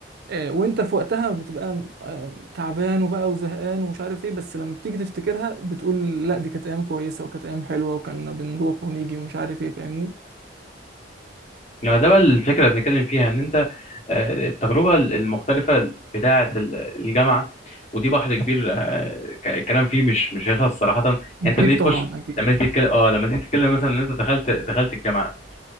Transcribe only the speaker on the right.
آه، وانت في وقتها بتبقى آه، تعبان وبقى وزهقان ومش عارف ايه بس لما بتيجي تفتكرها بتقول لا دي كانت ايام كويسه وكانت ايام حلوه وكنا بنروح ونيجي ومش عارف ايه فاهمني
اكيد
طبعا
اكيد